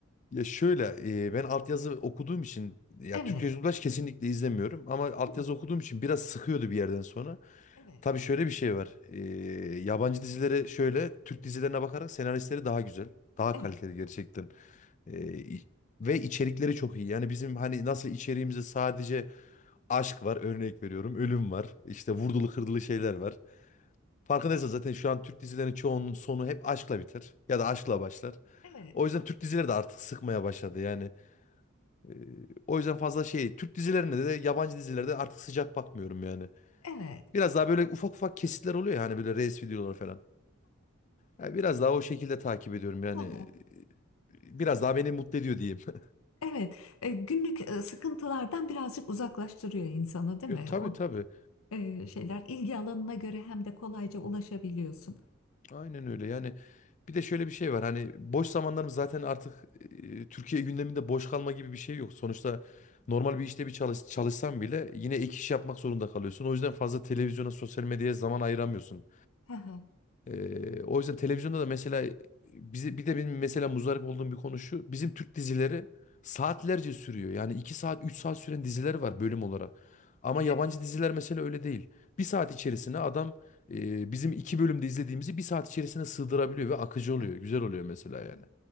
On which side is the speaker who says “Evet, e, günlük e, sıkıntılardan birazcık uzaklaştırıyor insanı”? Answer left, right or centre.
Left